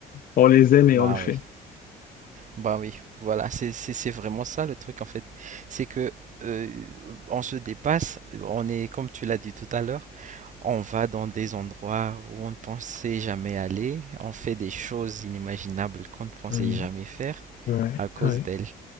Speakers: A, on the left (about 55°); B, on the right (about 45°).
A: on les aime et
B: Bah
A: on le fait.
B: oui, bah oui, voilà, c'est c'est c'est vraiment ça le truc en fait. C'est que euh, on se dépasse, on est comme tu l'as dit tout à l'heure, on va dans des endroits où on ne pensait jamais aller, on fait des choses inimaginables qu'on ne pensait
A: Mm,
B: jamais faire
A: Ouais,
B: à cause
A: ouais,
B: d'elle.